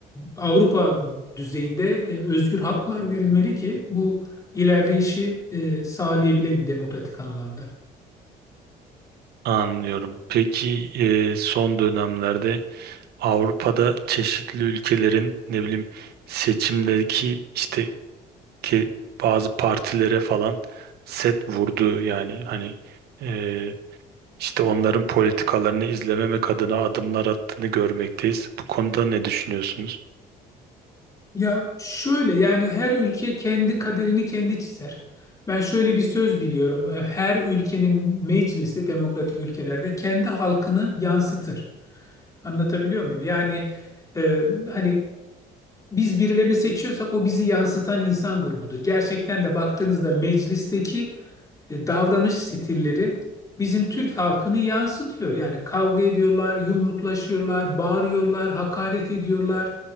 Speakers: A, on the left; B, on the right.
A: Avrupa düzeyinde e, özgür haklar verilmeli ki bu ilerleyişi e, sağlayabilelim demokratik anlamda.
B: Anlıyorum. Peki e, son dönemlerde Avrupa'da çeşitli ülkelerin ne bileyim seçimdeki işte ke- bazı partilere falan set vurdu yani hani e, işte onların politikalarını izlememek adına adımlar attığını görmekteyiz. Bu konuda ne düşünüyorsunuz?
A: Ya şöyle yani her ülke kendi kaderini kendi çizer. Ben şöyle bir söz biliyorum. E, Her ülkenin meclisi demokratik ülkelerde kendi halkını yansıtır. Anlatabiliyor muyum? Yani e, hani biz birilerini seçiyorsak o bizi yansıtan insan grubudur. Gerçekten de baktığınızda meclisteki e, davranış stilleri bizim Türk halkını yansıtıyor. Yani kavga ediyorlar, yumruklaşıyorlar, bağırıyorlar, hakaret ediyorlar.